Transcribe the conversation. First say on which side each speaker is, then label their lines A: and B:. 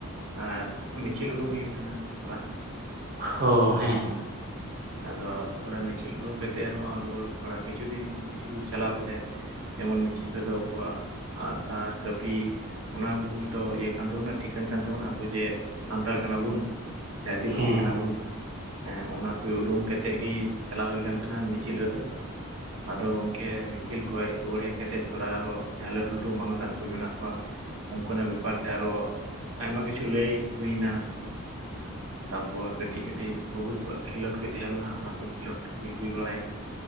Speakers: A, on the right (about 80°); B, on the right (about 45°).
A: ᱟᱨ ᱢᱤᱪᱷᱤᱞ ᱩᱰᱩᱠ ᱦᱩᱭᱩᱜ ᱛᱟᱦᱮᱱᱟ ᱛᱷᱚᱲᱟ
B: ᱦᱚᱸ ᱦᱮᱸ
A: <unintelligible> ᱟᱫᱚ ᱛᱷᱚᱲᱟ ᱢᱤᱪᱷᱤᱞ ᱩᱰᱩᱝ ᱠᱟᱛᱮ ᱦᱚᱸ ᱨᱩᱣᱟᱹᱲ ᱛᱷᱚᱲᱟ ᱠᱤᱪᱷᱩ ᱫᱤᱱ ᱠᱤᱪᱷᱩ ᱫᱩᱨ ᱪᱟᱞᱟᱣ ᱠᱟᱛᱮ ᱡᱮᱢᱚᱱ ᱢᱤᱪᱷᱤᱞ ᱨᱮᱫᱚ ᱟᱵᱚᱣᱟᱜ ᱟᱸᱜᱥᱟᱨ ᱠᱟᱹᱯᱤ ᱚᱱᱟ ᱠᱚ ᱱᱤᱛᱚᱜ ᱤᱭᱟᱹ ᱠᱟᱱ ᱛᱟᱵᱚᱱᱟ ᱴᱷᱤᱠᱟᱹᱱ ᱠᱟᱱ ᱛᱟᱵᱚᱱᱟ ᱟᱵᱚ ᱡᱮ ᱥᱟᱱᱛᱟᱲ ᱠᱟᱱᱟ ᱵᱩᱱ ᱥᱮ ᱟᱹᱫᱤᱵᱟᱹᱥᱤ
B: ᱦᱮᱸ
A: ᱠᱟᱱᱟ ᱵᱚᱱ ᱦᱮᱸ ᱚᱱᱟ ᱠᱚ ᱩᱰᱩᱝ ᱠᱟᱛᱮ ᱜᱮ ᱪᱟᱞᱟᱣ ᱦᱩᱭ ᱟᱠᱟᱱ ᱛᱟᱦᱮᱱᱟ ᱢᱤᱪᱷᱤᱞ ᱨᱮᱫᱚ ᱟᱫᱚ ᱜᱚᱢᱠᱮ ᱢᱤᱪᱷᱤᱞ ᱠᱷᱚᱱ ᱨᱩᱣᱟᱹᱲ ᱦᱮᱡ ᱠᱟᱛᱮ ᱛᱷᱚᱲᱟ ᱟᱨᱚ ᱞᱟᱹᱴᱩ ᱞᱟᱹᱴᱩ ᱢᱟᱱᱚᱛᱟᱱ ᱠᱚ ᱢᱮᱱᱟᱜ ᱠᱚᱣᱟ ᱩᱱᱠᱩ ᱱᱟᱜ ᱵᱮᱯᱟᱨ ᱛᱮ ᱟᱨᱚ ᱟᱭᱢᱟ ᱠᱤᱪᱷᱩ ᱞᱟᱹᱭ ᱦᱩᱭ ᱮᱱᱟ ᱛᱟᱯᱚᱨ ᱠᱟᱹᱴᱤᱡ ᱠᱟᱹᱴᱤᱡ ᱵᱟᱹᱵᱩ ᱛᱟᱠᱚᱣᱟᱜ ᱠᱷᱮᱞᱳᱰ ᱠᱚ ᱛᱟᱦᱮᱸ ᱞᱮᱱᱟ ᱚᱱᱟ ᱠᱚ ᱠᱷᱮᱞᱳᱰ ᱠᱚ ᱦᱩᱭ ᱵᱟᱲᱟᱭᱱᱟ᱾